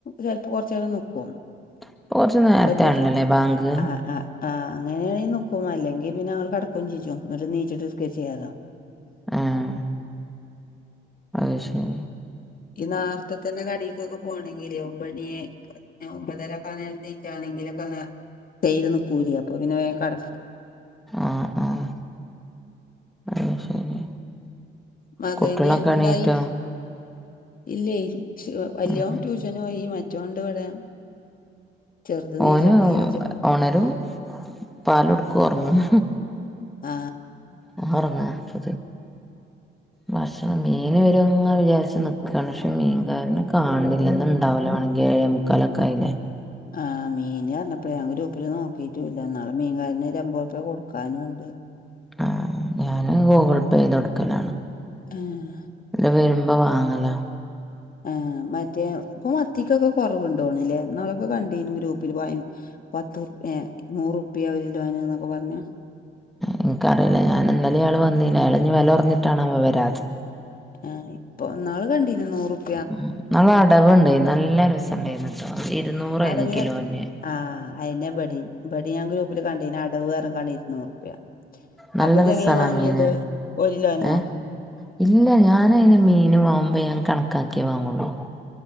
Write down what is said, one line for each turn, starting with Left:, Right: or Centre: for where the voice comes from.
Left: ചെിലപ്പൾ കുറച്ച നേരം നോക്കും
Centre: ഇപ്പൊ കൊറച്ച് നേരത്തെ
Left: വന്ന്
Centre: ആണല്ലോല്ലേ ബാങ്ക്
Left: ആഹ ആഹ ആഹ് അങ്ങനൊണെങ്ക നോക്കും അല്ലെങ്കിൽ പിന്നെ അവ കിടക്കയും ചീച്ചും നീച്ചി നിസ്കരിക്കചെയ്യാതോ
Centre: ആഹ അത്ശരി
Left: ഈ നാർത്തെ തന്നെ കടക്ക്ക്കെ പോകണങ്കില് ഒമ്പണിയെ ഒൻമ്പതരൊക്കെ അങ്ങ എത്തിച്ചാണെങ്കിലൊക്കെ അ തര് നക്കൂല അപ്പൊ പിന്നെകടക്കും
Centre: ആഹ ആഹ അത ശരി
Left: മകന്
Centre: കുട്ടികളൊക്കെണീറ്റോ
Left: എന്തായി ഇല്ലേ വലേൻ
Centre: ഉം
Left: ട്യൂഷനും പ്പോയി മറ്റോണ്ട് ഇവിടെ ചെറുത് നീച്ചിട്ടില്ല
Centre: ഓൻഓണരും
Left: ചെ
Centre: പാല് കെടുക്കു ഒറങ്ങും
Left: ആ
Centre: ഒന്ന് ഒറങ്ങ അപ്പ
Left: <inaudible>
Centre: ഭക്ഷണം മീൻ വരോന് വിചാരിച്ച് നിക്ക്ണ് പക്ഷെ മീൻകാരെ കാണണില്ലന്ന് ഇന്ണ്ടാവലോ വണെങ്കിൽ ഏഴെ മുക്കാലക്കായി ലെ
Left: ആഹ് മീന് പറഞ്ഞപ്പ ഞാൻ ഗ്രൂപ്പില് നോക്കിയിറ്റുല്ല ഇന്നാള് മീൻകാരന് അമ്പത് രൂപ കൊടുക്കാനും ഇണ്ട്
Centre: ആഹ് ഞാന് ഗൂഗിൾ പേ ചെയ്ത് കൊടുക്കലാണ്
Left: ആഹ്
Centre: ഇതിലെ വരുമ്പോ വാങ്ങല
Left: ആഹ് മറ്റേ ഇപ്പൊ മത്തിക്കൊക്കെ കുറവുണ്ടോണില്ലേ ഇന്നാളൊക്കെ കണ്ടീനു ഗ്രൂപ്പിൽ ബയ പത്ത് ഏ നൂറുപ്പിയ ഒരു കിലോന് എന്നൊക്കെ പറഞ്ഞു
Centre: എനിക്കറിയില്ല ഞാന് ഇന്നലെ ഒരാള് വന്നില്ല അ യാള്ഞ് വില കുറഞ്ഞിട്ടാണാവോ വരാത്
Left: ആഹ് ഇപ്പൊ നാള് കണ്ടിന്ന് നൂറുപ
Centre: ഉം ഇന്നാള് അടവുണ്ട് നല്ല രസണ്ടായിരുന്നുട്ടോ ഇരുന്നൂറായിരുന്നു
Left: അടവിന്
Centre: കിലോന്
Left: ആഹ് അയന്നെ ഇബെടി ഇബെടി ഞാൻ ഗ്രൂപ്പില് കണ്ടിന്ന് അടവ് പറഞ്ഞുങ്ങാട് കണ്ടിരുന്നു ഇരുന്നൂർ രൂപ
Centre: നല്ല
Left: അപ്പ ഇജ്ജെങ്ങനെ
Centre: രസാണോ
Left: വാങ്ങിയത്
Centre: മീന്
Left: ഒരുകിലോനോ
Centre: ഏ ഇല്ല ഞാൻ അതിന് മീന് വാങ്ങുമ്പോ ഞാൻ കണക്ക കാണക്കാക്കിയേ വാങ്ങുള്ളൂ